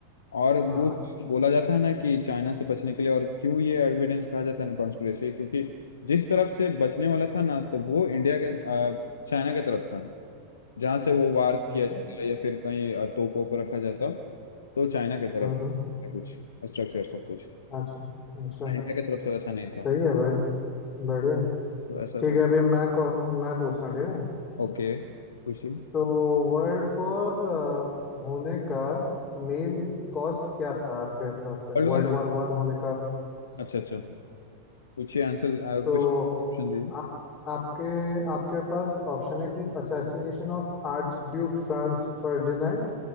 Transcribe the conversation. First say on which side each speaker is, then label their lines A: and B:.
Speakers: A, on the left; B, on the left.
A: और
B: हाँ
A: वो बोला जाता है ना कि चाइना से बचने के लिए और क्यों ये एविडेंस कहा जाता है ना कॉन्स्पिरेसी क्योंकि जिस तरफ से बचने वाला था ना तो वो इंडिया के अ, चाइना के तरफ था जहाँ से वो वार किया
B: अच्छा
A: जाता या फिर कहीं अ, तोपों पर रखा जाता तो चाइना की तरफ
B: हम्म हम्म
A: है कुछ स्ट्रक्चर सब कुछ
B: अच्छा अच्छा
A: इंडिया की तरफ से वैसा नहीं था
B: सही है भाई बढ़िया
A: तो ऐसा
B: ठीक
A: तो
B: है अभी मैं कौ- मैं पूछता हूँ ठीक है
A: ओके पूछिए
B: तो वर्ल्ड वॉर होने का मेन कॉज क्या था आपके हिसाब से
A: वर्ल्ड
B: वर्ल्ड
A: वॉर
B: वॉर वन होने का मेन कॉज
A: अच्छा अच्छा पूछिए आंसर आ, कुछ
B: तो
A: ऑप्शन दीजिए
B: आप आपके आपके पास ऑप्शन है कि assassination of archduke Franz Ferdinand